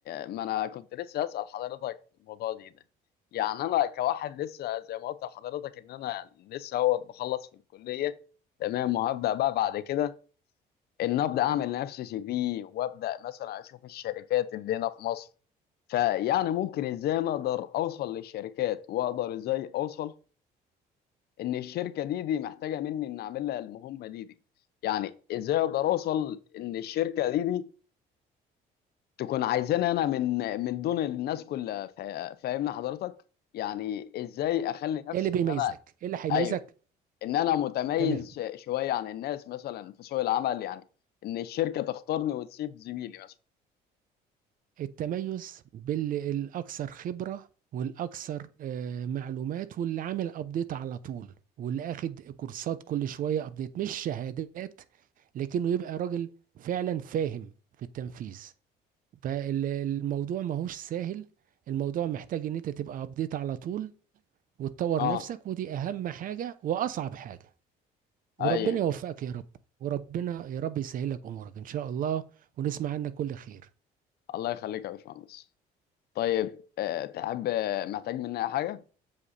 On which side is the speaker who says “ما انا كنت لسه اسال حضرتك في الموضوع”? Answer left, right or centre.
Left